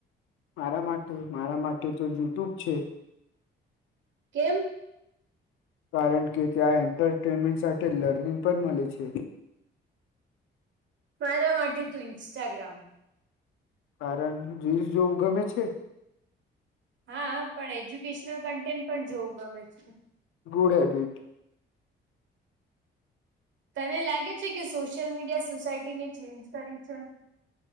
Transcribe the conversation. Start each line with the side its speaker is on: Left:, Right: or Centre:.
Left: મારા માટે મારા માટે તો યુટ્યુબ છે.
Right: કેમ
Left: કારણ કે ત્યાં એન્ટરટેનમેન્ટ સાથે લર્નિંગ પણ મલે છે.
Right: મારા માટે તો ઇન્સ્ટાગ્રામ
Left: કારણ રીલસ જોવું ગમે છે.
Right: હા પણ એજ્યુકેશનલ કન્ટેન્ટ પણ જોવું ગમે છે.
Left: ગુડ હેબિટ
Right: તને લાગે છે કે સોશિયલ મીડિયા સોસાયટીને ચેન્જ કરી છે